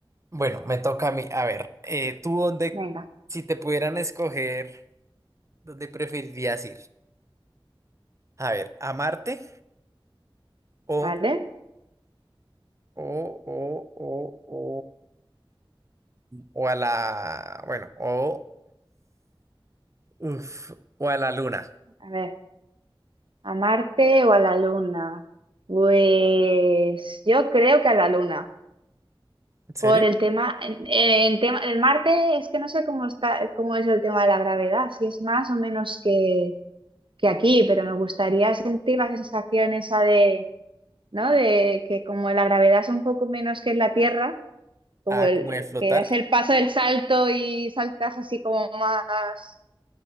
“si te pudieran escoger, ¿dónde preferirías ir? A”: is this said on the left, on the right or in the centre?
Right